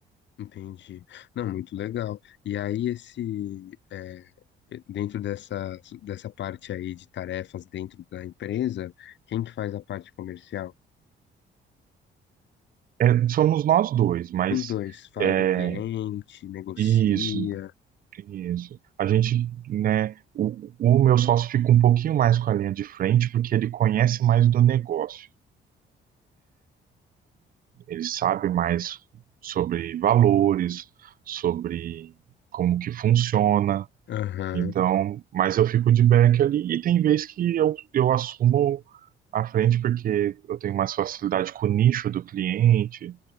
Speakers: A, on the left; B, on the right.
A: entendi. Não, muito legal. E aí, esse, é, dentro dessa, dessa parte aí de tarefas dentro da empresa, quem que faz a parte comercial?
B: É, somos nós dois, mas
A: Os dois, fala
B: é,
A: com o cliente, negocia.
B: isso, isso. A gente, né, o, o meu sócio fica um pouquinho mais com a linha de frente porque ele conhece mais do negócio. ele sabe mais sobre valores, sobre como que funciona.
A: Aham.
B: Então, mas eu fico de back ali e tem vez que eu, eu assumo à frente porque eu tenho mais facilidade com o nicho do cliente,